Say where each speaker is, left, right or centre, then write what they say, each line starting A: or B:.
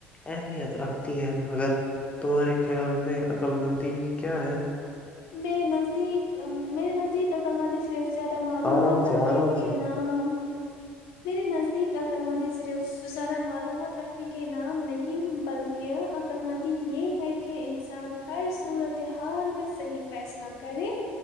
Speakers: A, on the left; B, on the left.
A: اہمیت رکھتی ہے مگر تمہارے خیال میں عقللمندی کیا ہے
B: میرے نزدیک میرے نزدیک اکللمند صرف زیادہ معلومات
A: آرام سے
B: رکھنے
A: آرام
B: کے
A: سے
B: نام میرے نزدیک عقل مندی صرف زیادہ معلومات رکھنے کے نام نہیں بلکہ شکل مندی یہ ہے کہ کہ انسان ہر صورت حال میں صحیح فیصلہ کرے